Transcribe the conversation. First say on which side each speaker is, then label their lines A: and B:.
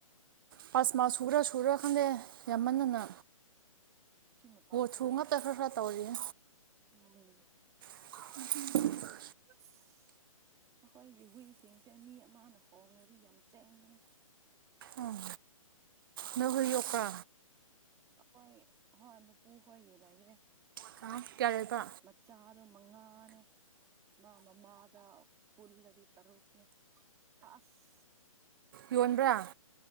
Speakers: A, on the right; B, on the right.
A: ꯄꯥꯁꯃꯥ ꯁꯨꯨꯔꯥ ꯁꯨꯔꯥ ꯈꯪꯗꯦ ꯌꯥꯝꯃꯟꯅꯅ꯫
B: ꯁꯤ ꯃꯄꯥꯟꯗꯁꯨ
A: ꯁꯨꯨ ꯉꯥꯛꯇ
B: ꯂꯩꯌꯦꯗꯣ
A: ꯈꯔ ꯈꯔ ꯇꯧꯔꯤꯌꯦ
B: ꯎꯝ
A: <inaudible>
B: ꯑꯁ ꯑꯩꯈꯣꯏꯒꯤ ꯍꯨꯏꯁꯤꯡꯁꯦ ꯃꯤ ꯑꯃꯅ ꯍꯣꯡꯡꯂꯗꯤ ꯌꯥꯝ ꯆꯦꯟꯕꯅꯦ꯫
A: ꯎꯝ꯫ ꯅ ꯍꯧꯣꯏ ꯑꯣ ꯀꯥ
B: ꯑꯩꯣꯏ ꯍꯣꯏ ꯄꯨ ꯀꯣꯏ ꯌꯦ ꯂꯏꯌꯦꯦ
A: ꯀꯥ ꯀꯌꯥꯗꯥ
B: ꯃꯆꯥꯗꯣ ꯃꯉꯥꯅꯦ ꯃꯥ ꯃꯃꯥꯗ ꯄꯨꯜꯂꯗꯤ ꯇꯔꯨꯛꯅꯦ ꯑꯁ
A: ꯌꯣꯟꯕ꯭ꯔꯥ꯫